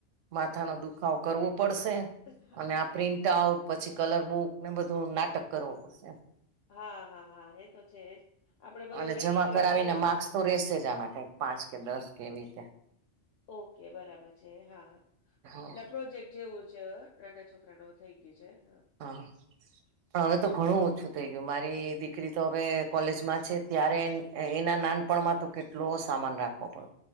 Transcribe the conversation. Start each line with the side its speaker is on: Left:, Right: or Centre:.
Right: માથા નો દુખાવો કરવો પડશે.
Left: હ હા.
Right: અને આ પ્રિન્ટ આઉટ પછી કલર બુક ને બધું નાટક કરવું પડશે એમ.
Left: હા હા હા એ તો છે જ આપડે બધું
Right: અને
Left: રેડી
Right: જમા
Left: કરીને
Right: કરાવીને
Left: લઈએ
Right: માર્ક્સ તો રેશે જ આના કઈક- - પાંચ કે દસ કે એવી રીતે- -
Left: ઓકે બરાબર છે હા
Right: હા
Left: એટલે પ્રોજેક્ટ- - જેવું જ નાના છોકરા નુ થઇ ગયું છે હ- -
Right: હા. પણ હવે તો ઘણું ઓછું થઈ ગયું મારી દીકરી તો હવે કોલેજમાં છે ત્યારે- - એના નાનપણમાં તો કેટલો સામાન રાખવો પડતો.